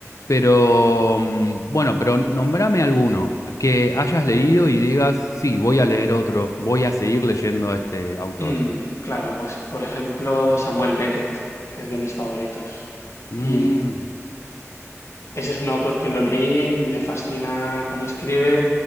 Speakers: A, on the left (about 80°); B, on the left (about 60°).
A: Pero mm, bueno, pero nombrame alguno que hayas leído y digas, sí, voy a leer otro, voy a seguir leyendo a este autor.
B: Mm, claro, pues por ejemplo Samuel Beckett, que es de mis favoritos.
A: Mm,
B: Y ese es un autor que lo leí, me fascina cómo escribe